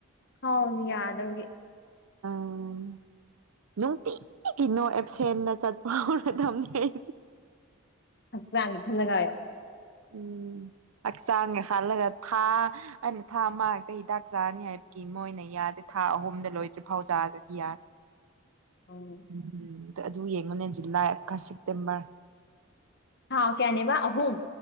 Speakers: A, on the left (about 50°); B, on the right (about 80°).
A: ꯍꯥꯎꯁꯨ <unintelligible> ꯌꯥꯗꯕꯒꯤ
B: ꯑꯝ ꯅꯨꯡꯇꯤꯒꯤ ꯅꯣ ꯑꯦꯞꯁꯦꯟꯗ ꯆꯠꯄ ꯍꯧꯔꯗꯝꯅꯤ ꯑꯩ
A: ꯍꯛꯆꯥꯡꯒꯤ ꯈꯜꯂꯒ
B: ꯎꯝ ꯍꯛꯆꯥꯡꯒꯤ ꯍꯜꯂꯒ ꯊꯥ ꯑꯩꯅ ꯊꯥ ꯑꯃ ꯈꯛꯇ ꯍꯤꯗꯥꯛ ꯆꯥꯅꯤ ꯍꯥꯏꯕꯒꯤ ꯃꯣꯏꯅ ꯌꯥꯗꯦ ꯊꯥ ꯑꯍꯨꯝꯗ ꯂꯣꯏꯗ꯭ꯔꯤꯐꯥꯎ ꯆꯥꯗꯗꯤ ꯌꯥ
A: ꯎꯝ
B: ꯎꯝ ꯑꯗꯨ ꯌꯦꯡꯉꯨꯅꯦ ꯖꯨꯂꯥꯏꯀ ꯁꯦꯞꯇꯦꯝꯕꯔ
A: ꯊꯥ ꯀꯌꯥꯅꯦꯕ ꯑꯍꯨꯝ